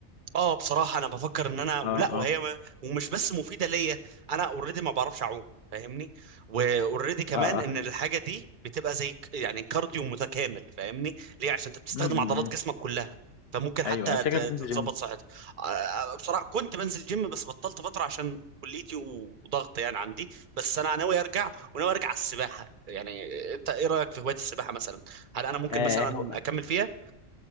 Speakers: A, on the right; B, on the left.
A: اه بصراحة انا بفكر ان انا ولا
B: اه اه
A: وهي ما- ومش بس مفيدة ليا انا اوريدي ما بعرفش اعوم فاهمني واوريدي كمان
B: اه اه
A: ان الحاجة دي بتبقى زي ك- يعني كارديو متكامل فاهمني ليه عشان انت بتستخدم
B: مم، مم،
A: عضلات
B: مم.
A: جسمك كلها فممكن حتى
B: ايوه شكلك
A: ت- تتظبط
B: بتنزل جيم
A: صحتك آه، آه، بصراحة كنت بنزل جيم بس بطلت فترة عشان كليتي وضغط يعني عندي بس انا ناوي ارجع وناوي ارجع على السباحة يعني انت ايه رأيك في هواية السباحة مثلا هل انا ممكن
B: آه
A: مثلا
B: هو-
A: اكمل فيها